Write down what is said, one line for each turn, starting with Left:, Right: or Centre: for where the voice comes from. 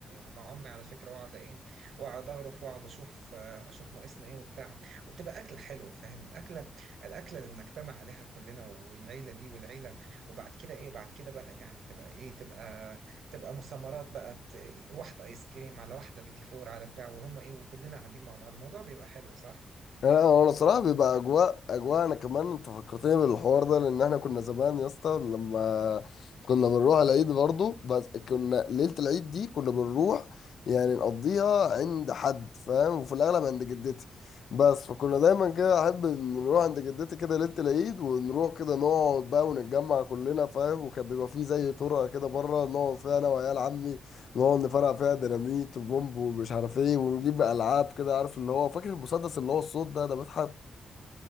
Right: مع امي على فكره واقعد ايه واقعد اغرف واقعد اشوف اشوف ناقصنا ايه وبتاع وتبقى اكله حلوه فاهم الاكله الاكله اللي بنجتمع عليها كلنا والعيله دي والعيله وبعد كده ايه بعد كده بقى يعني تبقى ايه تبقى تبقى مسامرات بقى ت- واحده ايس كريم على واحده بيتي فور على بتاع وهم ايه وكلنا قاعدين مع بعض الموضوع بيبقى حلو صح
Left: انا أنا صراحه بيبقى اجواء اجواء انا كمان انت فكرتني بالحوار ده لان احنا كنا زمان يا اسطى لما كنا بنروح العيد برضو بس كنا ليله العيد دي كنا بنروح يعني نقضيها عند حد فاهم وفي الاغلب عند جدتي بس فكنا دايما كده احب إن نروح عند جدتي كده ليله العيد ونروح كده نقعد بقى ونتجمع كلنا فاهم وكان بيبقى فيه زي طرقه كده بره نقعد فيها انا وعيال عمي نقعد نفرقع فيها ديناميت وبومب ومش عارف ايه ونجيب العاب كده عارف اللي هو فاكر المسدس اللي هو الصوت ده ده بيتحط